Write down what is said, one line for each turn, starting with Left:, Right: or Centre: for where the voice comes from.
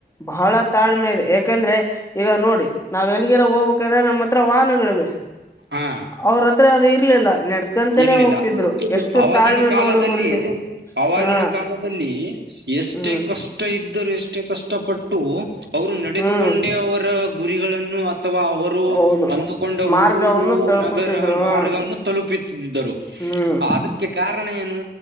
Left: ಬಹಳ ತಾಳ್ಮೆ ಇದೆ ಯಾಕಂದ್ರೆ. ಈಗ ನೋಡಿ ನಾವ್ ಎಲ್ಲಿಗಿರ ಹೋಗ್ಬೇಕಂದ್ರೆ ನಮ್ಮ್ ಹತ್ರ ವಾಹನಗಳು ಇವೆ.
Right: ಹಾ
Left: ಅವ್ರ ಹತ್ರ ಅದ ಇರ್ಲಿಲ್ಲ. ನಡ್ಕಂತನೇ
Right: ಇರ್ಲಿಲ್ಲ
Left: ಹೋಗ್ತಿದ್ರು ಎಷ್ಟು
Right: ಅವಾಗಿನ
Left: ತಾಳ್ಮೆ
Right: ಕಾಲದಲ್ಲಿ
Left: ನೋಡು ಗುರೂಜಿ
Right: ಆವಾಗಿನ
Left: ಹಾ
Right: ಕಾಲದಲ್ಲಿ. ಎಷ್ಟೇ
Left: ಹ್ಮ್
Right: ಕಷ್ಟ ಇದ್ದರೂ ಎಷ. ಷ್ಟ ಕಷ್ಟಪಟ್ಟು ಅವರು ನಡೆದುಕೊಂಡೇ
Left: ಹ್ಮ್
Right: ಅವರ ಗುರಿಗಳನ್ನು ಅಥವಾ ಅವ ರು
Left: ಹೌದು
Right: ಅಂದುಕೊಂಡ
Left: ಮಾರ್ಗವನ್ನು
Right: ಊರು
Left: ತಲುಪುತ್ತಿದ್ರು
Right: ನಗರ
Left: ಹ
Right: ಮಾರ್ಗವನ್ನು ತಲುಪಿ ಇದರು
Left: ಹ್ಮ್
Right: ಆದಕ್ಕೆ ಕಾರಣ ಏನು